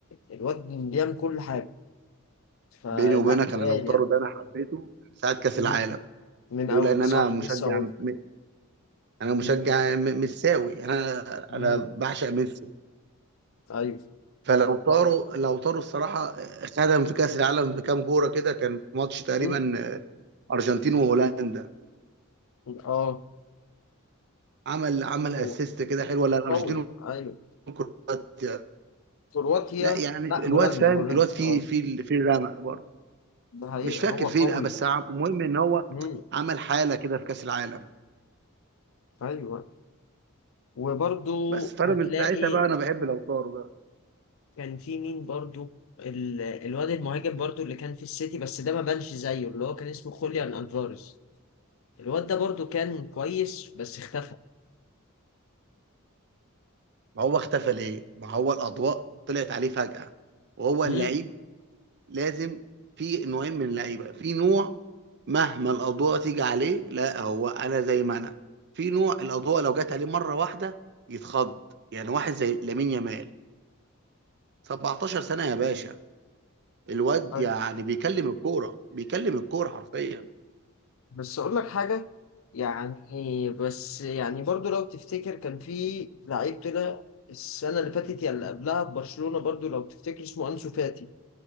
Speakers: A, on the left; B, on the right.
A: الواد بيعمل كل حاجة فلا
B: بيني وبينك
A: تقال
B: انا لو طاروا
A: يعني
B: ده انا حبيته من ساعه كاس
A: مم.
B: العالم
A: من
B: لولا
A: أول
B: ان
A: من
B: انا
A: صح
B: مشجع
A: لسه أقول
B: م... انا مشجع
A: مم.
B: م... مساوي انا
A: مم.
B: انا بعشق ميسي
A: أيوه
B: فلو طاروا لو طاروا الصراحه خدم في كاس العالم بكام كوره كده كان في ماتش تقريبا
A: مم.
B: ارجنتين وهولندا
A: أه
B: عمل عمل
A: هو
B: اسيست كده حلو ولا الارجنتين
A: قوي أيوه
B: وكرواتيا
A: كرواتيا
B: لا يعني
A: لا
B: الواد
A: هولندا
B: فاهم
A: هولندا
B: الواد فيه
A: أه
B: في في الرمق برضه
A: ده حقيقة
B: مش فاكر
A: هو
B: فين
A: قوي
B: بس عم- المهم ان هو
A: مم.
B: عمل حاله كده في كاس العالم
A: أيوه وبرضو
B: بس فانا
A: هتلاقي
B: من ساعتها بقى انا بحب لو طاروا ده
A: كان في مين برضو ال- الواد المهاجم برضو اللي كان في السيتي بس ده ما بانش زيه اللي هو كان اسمه خوليان ألفاريز الواد ده برضو كان كويس بس اختفى
B: ما هو اختفى ليه؟ ما هو الأضواء طلعت عليه فجأة وهو
A: مم.
B: اللعيب لازم في نوعين من اللعيبة في نوع مهما الأضواء تيجي عليه لا هو أنا زي ما أنا في نوع الأضواء لو جت عليه مرة واحدة يتخض يعني واحد زي لامين يامال 17 سنة يا باشا الواد
A: أيوة.
B: يعني بيكلم الكورة بيكلم الكورة حرفيا
A: بس اقول لك حاجه يعني بس يعني برضو لو تفتكر كان في لعيب طلع السنه اللي فاتت يا اللي قبلها في برشلونه برضو لو تفتكر اسمه انسو فاتي